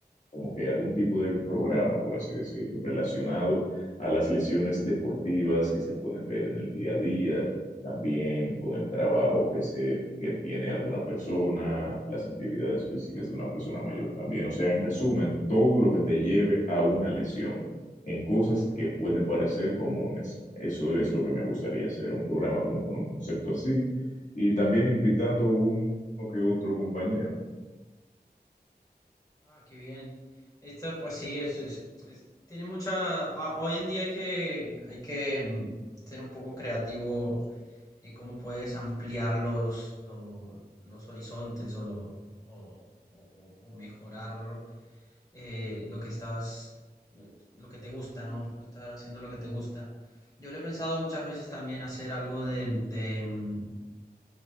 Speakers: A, on the left (about 50°); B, on the left (about 20°).
A: como que algún tipo de programa, por así decirlo, relacionado a las lesiones deportivas que se pueden ver en el día a día, también con el trabajo que se que tiene alguna persona, las actividades físicas de una persona mayor también, o sea, en resumen, todo lo que te lleve a una lesión. en cosas que pueden parecer comunes. Eso es lo que me gustaría hacer, un programa como con un concepto así y también invitando un o que otro compañero.
B: Ah, qué bien. Esto, pues sí, es, es- es- tiene mucha. ah, hoy en día hay que, hay que mm, ser un poco creativo de cómo puedes ampliar los, lo- los, horizontes o, lo, o, o- o- o mejorar eh, lo que estás, eh, lo que te gusta, ¿no? Estar haciendo lo que te gusta. Yo lo he pensado muchas veces también hacer algo de, de,